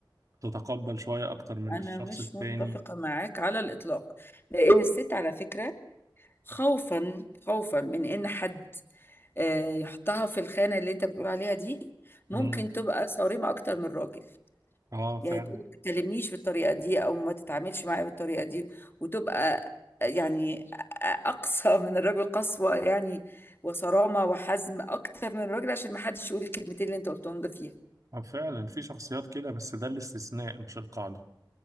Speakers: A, on the right (about 45°); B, on the left (about 30°).
A: بتتقبل شوية اكتر من
B: أنا
A: الشخص
B: مش
A: التاني
B: متفقة معاك على الإطلاق لأن الست على فكرة خوفا خوفا من إن حد آه، يحطها في الخانة اللي أنت بتقول عليها دي ممكن
A: مم.
B: تبقى صارمة أكتر من الراجل
A: اه فعلا
B: يعني تقول ما تكلمنيش بالطريقة دي أو ما تتعاملش معايا بالطريقة دي وتبقى آه، يعني آه، آه، أقصى من الراجل قسوة يعني وصرامة وحزم أكتر من الراجل عشان ما حدش يقول الكلمتين اللي أنت قلتهم ده فيها
A: آه، فعلا في شخصيات كده بس ده الاستثناء مش القاعدة